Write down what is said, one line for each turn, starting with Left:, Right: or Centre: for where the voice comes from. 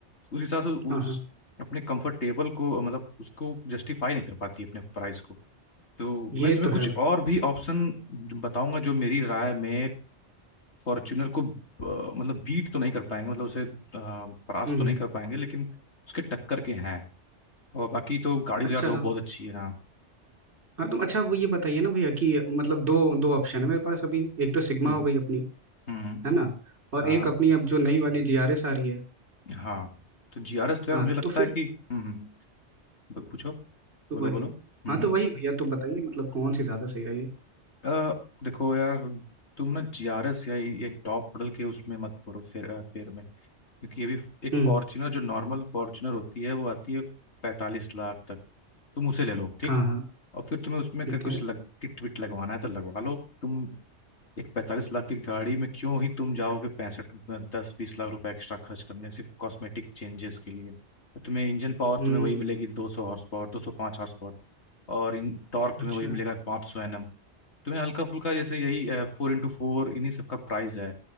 Left: उस हिसाब से उस
Right: हाँ हाँ
Left: अपने कंफर्टेबल को मतलब उसको जस्टिफाई नहीं कर पाती अपने प्राइस को तो
Right: ये
Left: मैं तुम्हें
Right: तो है
Left: कुछ
Right: भाई
Left: और भी ऑप्शन बताऊंगा जो मेरी राय में फॉर्च्यूनर को अ, मतलब बीट तो नहीं कर पाएंगे मतलब उसे अ, परास्त
Right: हम्म
Left: तो
Right: हम्म,
Left: नहीं कर पाएंगे लेकिन उसके टक्कर के हैं और बाकी तो गाड़ी तो
Right: अच्छा
Left: यार तो बहुत अच्छी है हाँ
Right: हाँ तुम अच्छा वो ये बताइए ना भैया कि मतलब दो दो ऑप्शन है मेरे पास अभी एक तो सिग्मा
Left: हम्म
Right: हो गई अपनी
Left: हम्म
Right: है ना और
Left: हाँ
Right: एक अपनी अब जो नई वाली जी आर एस आ रही है
Left: हाँ तो जीआरएस तो यार
Right: हाँ
Left: मुझे लगता
Right: तो फिर
Left: है कि हम्म हम्म, ब- पूछो
Right: तो
Left: बोलो
Right: वही
Left: बोलो हम्म
Right: हाँ तो
Left: हम्म।
Right: वही भैया तो बताइए मतलब कौन सी ज़्यादा सही रहेगी
Left: अ, देखो यार तुम ना जीआरएस या ये टॉप मॉडल के उसमें मत पड़ो फेर अ, फेर में क्योंकि ये भी एक
Right: हम्म
Left: फॉर्च्यूनर जो नॉर्मल फॉर्च्यूनर होती है वो आती है पैंतालीस लाख तक तुम उसे ले लो ठीक
Right: हाँ हाँ
Left: और फिर तुम्हें उसमें
Right: ठीक
Left: अगर कुछ
Right: है
Left: लग किट विट लगवाना है तो लगवा लो तुम एक पैंतालीस लाख की गाड़ी में क्यों ही तुम जाओगे पैंसठ दस बीस लाख रुपए एक्स्ट्रा खर्च करने सिर्फ कॉस्मेटिक चेंजेस के लिए और तुम्हें इंजन पावर
Right: हम्म
Left: तुम्हें वही मिलेगी दो सौ हॉर्स पावर दो सौ पाँच हॉर्स पावर और इन टॉर्क तुम्हें
Right: अच्छा
Left: वही मिलेगा पाँच सौ एन एम तुम्हें हल्का फुल्का जैसे यही फोर इंटू फोर इन्हीं सबका प्राइस है